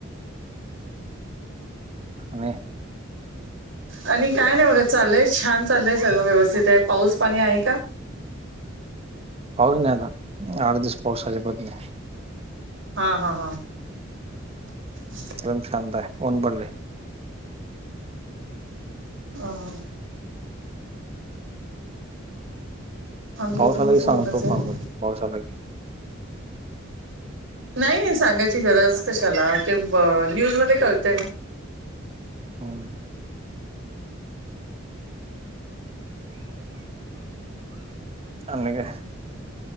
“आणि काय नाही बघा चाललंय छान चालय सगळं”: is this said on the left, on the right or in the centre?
Right